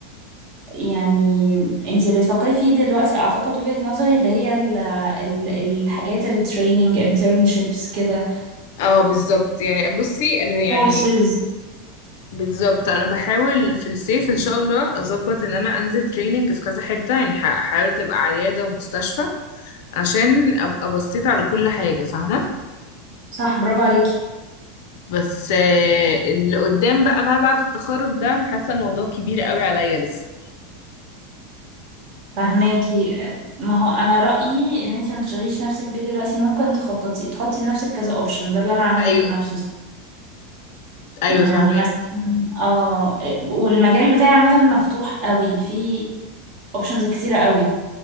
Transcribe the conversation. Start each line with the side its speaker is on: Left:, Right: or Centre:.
Right: يعني انتي اللي تفكري فيه دلوقتي اعتقد وجهة نظري اللي هي ال ال الحاجات التريننج انترنشيبس كده
Left: اه بالظبط يعني بصي أنا يعني
Right: كورسز
Left: بالظبط أنا بحاول في الصيف إن شاء الله أظبط إن أنا أنزل تريننج في كذا حتة يعني ح- هحاول تبقى عيادة ومستشفى عشان أبقى بصيت على كل حاجة فاهمة؟
Right: صح برافو عليكي
Left: بس آه، اللي قدام بقى ما بعد التخرج ده أنا حاسة الموضوع كبير قوي عليا لسه
Right: فهماكي ما هو انا رأيي ان انتي ما تشغليش نفسك بيه دلوقتي ممكن تخططي تحطي لنفسك كذا اوبشن ده اللي انا عملته
Left: ايوه
Right: لنفسي
Left: ايوه
Right: يعني
Left: فاهمك
Right: مثلا اه والمجال بتاعي عامة مفتوح قوي في اوبشنز كتيرة قوي